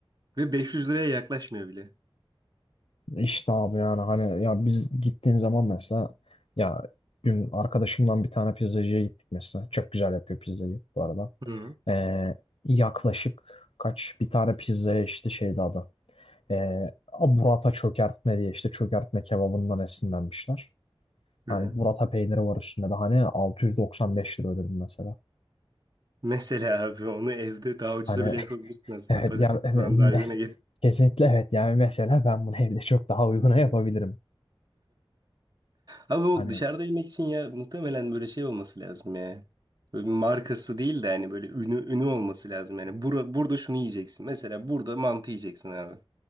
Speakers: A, on the right; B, on the left.
A: ve 500 liraya yaklaşmıyor bile.
B: İşte abi yani hani ya biz gittiğin zaman mesela ya dün arkadaşımdan bir tane pizzacıya gittik mesela. Çok güzel yapıyor pizzayı bu arada.
A: Hı.
B: Ee, yaklaşık kaç bir tane pizzaya işte şeydi adı. Ee, burrata çökertme diye işte çökertme kebabından esinlenmişler.
A: Hı.
B: Hani
A: hı.
B: burrata peyniri var üstünde de hani 695 lira ödedim mesela.
A: Mesela abi onu evde daha ucuza
B: Hani
A: bile yapabilirsin aslında.
B: Evet
A: Patatesi
B: yani me-
A: falan daha uyguna
B: mes- kesinlikle evet yani mesela ben bunu evde çok daha uyguna yapabilirim.
A: Abi o
B: Hani
A: dışarıda yemek için ya muhtemelen böyle şey olması lazım ya. Böyle bir markası değil de hani böyle ünü ünü olması lazım yani. Bura, burada şunu yiyeceksin. Mesela burada mantı yiyeceksin abi.